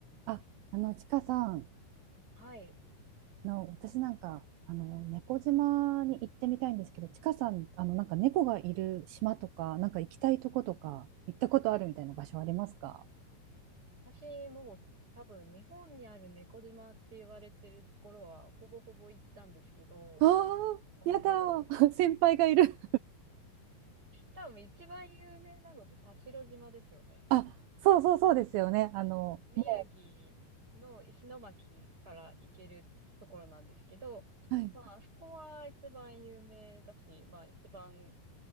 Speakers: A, on the right; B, on the right.
A: あ、あの、ちかさん
B: はい。
A: の、私なんか、あの、猫島に行ってみたいんですけど、ちかさん、あの、なんか猫がいる島とか、なんか行きたいとことか、行ったことあるみたいな場所ありますか
B: 私も多分日本にある猫島って言われてるところはほぼほぼ行ったんですけど、
A: ああー、
B: あの、
A: やだー、<laughs> 先輩がいる。
B: 多分一番有名なのって田代島ですよね。
A: あ、そうそうそうですよね。あの、
B: 宮城の石巻から行けるところなんですけど、
A: もう、はい。
B: まああそこは一番有名だし、まあ一番、